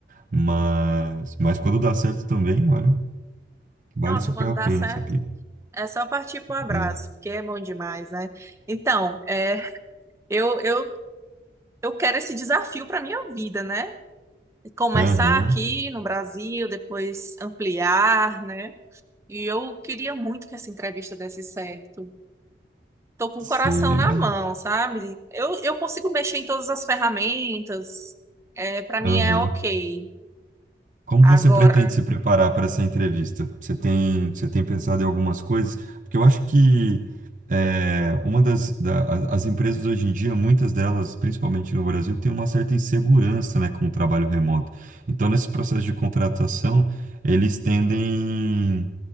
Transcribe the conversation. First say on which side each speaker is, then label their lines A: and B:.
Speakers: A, on the right; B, on the right.
A: mas, mas quando dá certo também, olha, vale
B: Nossa,
A: super
B: quando
A: a
B: dá
A: pena,
B: certo,
A: sabia?
B: é só partir pro abraço,
A: Né?
B: porque é bom demais, né? Então, é, eu, eu, eu quero esse desafio para minha vida, né? Começar
A: Aham,
B: aqui no Brasil, depois ampliar, né? E eu queria muito que essa entrevista desse certo. Tô com
A: sei,
B: o coração na
A: mas.
B: mão, sabe? Eu, eu consigo mexer em todas as ferramentas, é, para mim
A: Aham.
B: é ok.
A: Como você
B: Agora.
A: pretende se preparar para essa entrevista? Você tem, você tem pensado em algumas coisas? Porque eu acho que é, uma das da- as as empresas hoje em dia, muitas delas, principalmente no Brasil, têm uma certa insegurança, né, com o trabalho remoto. Então, nesse processo de contratação, eles tendem,